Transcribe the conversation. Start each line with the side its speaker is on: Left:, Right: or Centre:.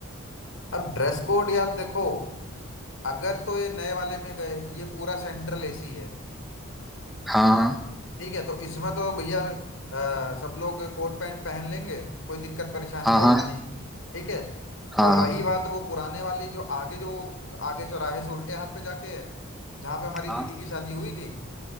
Left: अब ड्रेस कोड यार देखो अगर तो ये नए वाले में गए ये पूरा सेंट्रल एसी है
Centre: हाँ
Left: ठीक है तो इसमें तो भैया अ, सब लोग कोट पैंट पहन लेंगे कोई दिक्कत परेशानी
Centre: हाँ
Left: आएगी
Centre: हाँ
Left: नहीं ठीक है
Centre: हाँ
Left: और रही बात वो पुराने वाली जो आगे जो आगे चौराहे से उल्टे हाथ पे जाके है जहाँ पे हमारी दीदी
Centre: हाँ
Left: की शादी हुई थी